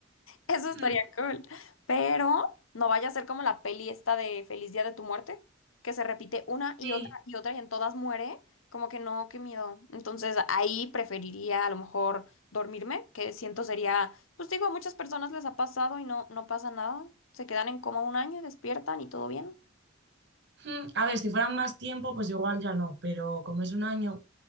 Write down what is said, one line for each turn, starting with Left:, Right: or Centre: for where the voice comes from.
Left: Eso
Right: Hmm,
Left: estaría cool. Pero no vaya a ser como la peli esta de Feliz Día de tu Muerte, que se repite una y
Right: Sí.
Left: otra y otra y en todas muere. Como que no, qué miedo. Entonces ahí preferiría a lo mejor dormirme, que siento sería, pues digo, a muchas personas les ha pasado y no, no pasa nada. Se quedan en coma un año y despiertan y todo bien.
Right: Hmm. A ver, si fueran más tiempo, pues igual ya no, pero como es un año,